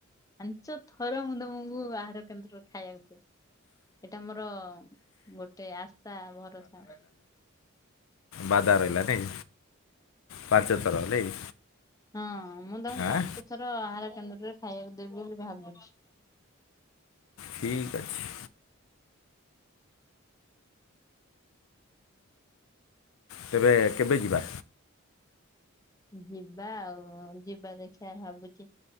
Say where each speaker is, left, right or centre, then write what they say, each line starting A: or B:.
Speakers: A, on the left; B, on the left.
A: ପାଞ୍ଚ ଥର ମୁଁ ତମୁକୁ ଆହାର କେନ୍ଦ୍ରରେ ଖାଇଆକୁ ଦେବି, ଏଇଟା ମୋର ଗୋଟେ ଆଶା ଭରସା।
B: ବାଦା ରହିଲା ନାଇଁ, ପାଞ୍ଚ ଥର ନାଇଁ?
A: ହଁ, ମୁଁ ତମୁକୁ
B: ଆଁ
A: ପାଞ୍ଚ ଥର ଆହାର କେନ୍ଦ୍ରରେ ଖାଇବାକୁ ଦେବି ବୋଲି ଭାବୁଚି।
B: ଠିକ୍ ଅଛି। ତେବେ କେବେ ଯିବା?
A: ଯିବା ଆଉ, ଯିବା ଦେଖିଆ ଭାବୁଚି